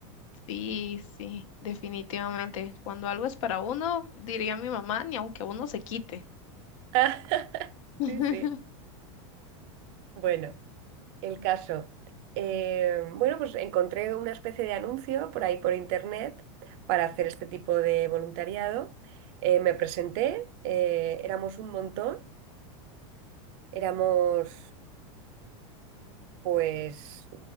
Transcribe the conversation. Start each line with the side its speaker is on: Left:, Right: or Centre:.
Left: Sí, sí, definitivamente. Cuando algo es para uno, diría mi mamá, ni aunque uno se quite.
Right: <laughs>
Left: <laughs>
Right: Sí, sí. Bueno, el caso. Eh, bueno, pues encontré una especie de anuncio por ahí por internet para hacer este tipo de voluntariado. Eh, me presenté, eh, éramos un montón, éramos pues